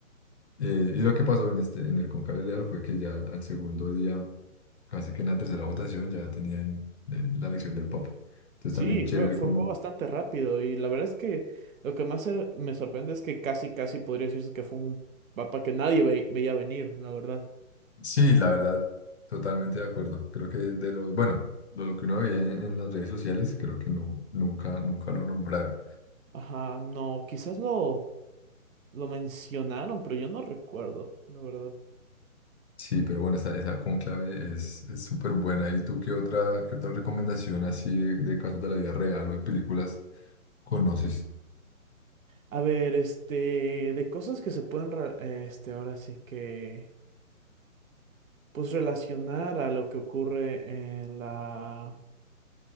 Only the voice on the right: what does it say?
Sí,
fue, fue,
fue bastante rápido y la verdad es que lo que más se- me sorprende es que casi, casi podría decirse que fue un mapa que nadie ve- veía venir, la verdad.
Ajá, no, quizás lo, lo mencionaron, pero yo no recuerdo, la verdad.
A ver, este, de cosas que se pueden, re- este, ahora sí que, pues relacionar a lo que ocurre en la,